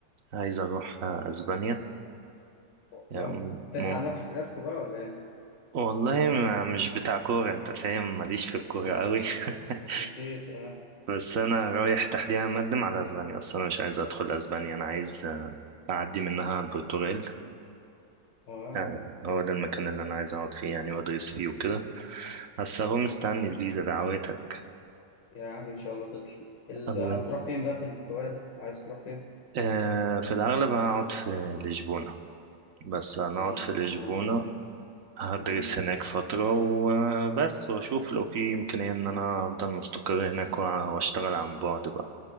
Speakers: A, on the right; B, on the left.
A: عايز أروح آه، أسبانيا
B: والله
A: يعني مم...
B: هتلحق
A: مم-
B: ماتش كلاسيكو بقى ولا إيه؟
A: والله ما- مش بتاع كورة أنت فاهم ماليش في الكورة
B: آه
A: قوي <laughs>
B: نسيت آه
A: بس أنا رايح تحديدا مقدم على أسبانيا بس أنا مش عايز أدخل أسبانيا أنا عايز أعدي منها على البرتغال
B: آه
A: آه، هو ده المكان اللي أنا عايز أقعد فيه يعني وأدرس فيه وكده بس أهو مستني الفيزا دعواتك
B: يا عم إن شاء الله تطلع ال-
A: الله
B: بقى هتروح فين بقى في البرتغال؟ عايز تروح فين؟
A: آه في الأغلب هقعد في لشبونة بس هنقعد
B: لشبونة
A: في لشبونة هدرس
B: مم.
A: هناك فترة وبس وأشوف لو في إمكانية إن أنا أفضل مستقر هناك وأ- وأشتغل عن بعد بقى